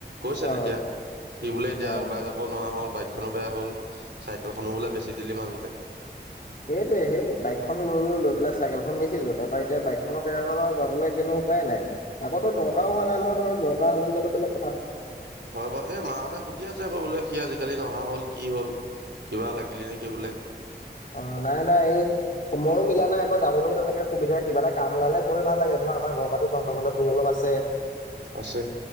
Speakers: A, on the right; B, on the left.
A: কৈছে
B: অ
A: তেতিয়া সি বোলে এতিয়া
B: অ
A: ওলাই যাব নোৱাৰা হ'ল বাইকখনো বেয়া হ'ল চাইকেলখনো বওললে বেছি দিলি মাজতে
B: সেইটোয়ে সেই বাইকখন লৈলো লৈ পেলাই চাইকেলখন বেচিছিলো তাৰ পৰাা এতিয়া বাইকখননৰ বেয়া হল আৰু যাবলৈ কেনো উপায়ে নাই আগতো দৰকাৰও
A: অ
B: হোৱা নাই নহয় ধৰ দৰকাৰ হলেও যোৱাাতটো বেলেগ কথা
A: হয় বাৰু এই মা হঁতে সুধি আছে ক বোলে সি আজিকালি নহা হল কি হল কিবা লাগিলি নেকি বোলে
B: অ নাই নাই এই সময়ো মিলা নাই আকৌ যাবলৈও তেনেকে সুবিধা কিবা এটা কাম ওলালে গৈয়ে ভাল লাগে ধৰা আাৰ ঘৰ পৰাাতো তহঁৰ ঘৰ দূৰ অলপ আছে
A: আছে